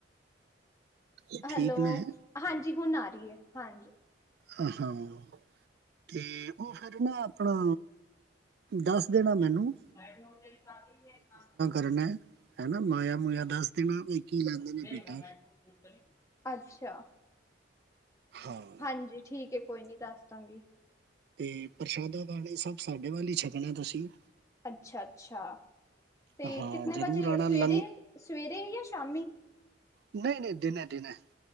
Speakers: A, on the right; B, on the left.
A: ਇਹ ਠੀਕ
B: ਹੈਲੋ
A: ਨੇ
B: ਹਾਂਜੀ ਹੁਣ ਆ ਰਹੀ ਏ ਹਾਂਜੀ
A: <unintelligible> ਤੇ ਉਹ ਫਿਰ ਨਾ ਆਪਣਾ ਦੱਸ ਦੇਣਾ ਮੈਨੂੰ
B: <unintelligible>
A: ਕਰਨਾ ਏ ਹਨਾ ਮਾਇਆ ਮੁਇਆ ਦੱਸ ਦੇਣਾ ਵੀ ਕੀ ਲੈਂਦੇ
B: <unintelligible>
A: ਨੇ ਬੇਟਾ
B: ਅੱਛਾ।
A: ਹਾਂ
B: ਹਾਂਜੀ ਠੀਕ ਏ ਕੋਈ ਨੀ ਦੱਸ ਦਾਂਗੀ
A: ਤੇ ਪ੍ਰਸ਼ਾਦਾ ਪਾਣੀ ਸਭ ਸਾਡੇ ਵੱਲ ਹੀ ਛਕਣਾ ਤੁਸੀਂ
B: ਅੱਛਾ, ਅੱਛਾ ਤੇ
A: ਹਾਂ
B: ਕਿਤਨੇ
A: ਜ਼ਰੂਰ
B: ਵਜੇ
A: ਆਣਾ
B: ਸਵੇਰੇ
A: ਲੰ
B: ਸਵੇਰੇ ਜਾਂ ਸ਼ਾਮੀ
A: ਨਹੀਂ ਨਹੀਂ ਦੇਣਾ ਦੇਣਾ